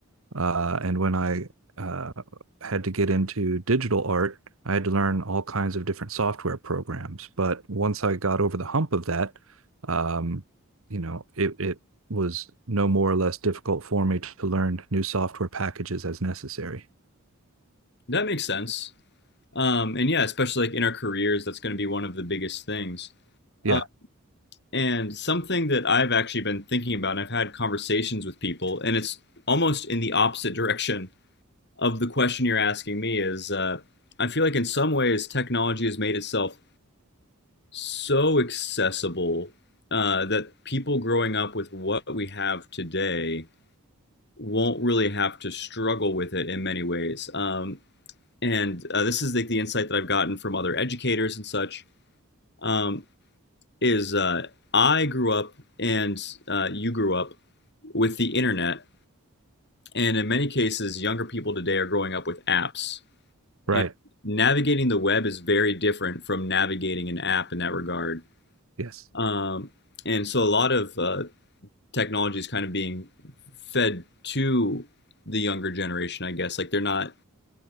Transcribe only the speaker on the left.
That makes sense. Um, and yeah, especially like in our careers, that's going to be one of the biggest things.
Uh, and something that I've actually been thinking about, and I've had conversations with people, and it's almost in the opposite direction of the question you're asking me is uh, I feel like in some ways technology has made itself so accessible uh, that people growing up with what we have today won't really have to struggle with it in many ways. Um, and uh, this is like the insight that I've gotten from other educators and such um, is uh, I grew up and uh, you grew up with the internet, and in many cases, younger people today are growing up with apps.
And navigating the web is very different from navigating an app in that regard.
Um, and so, a lot of uh, technology is kind of being fed to the younger generation, I guess. Like they're not